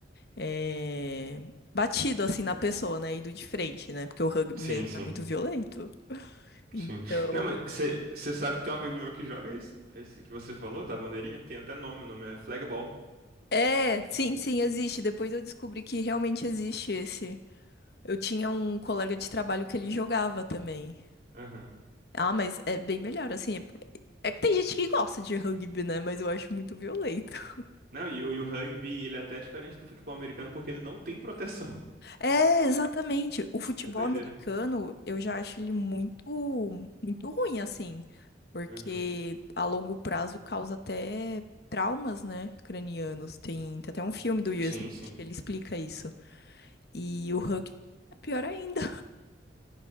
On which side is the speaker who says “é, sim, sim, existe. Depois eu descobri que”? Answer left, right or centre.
Left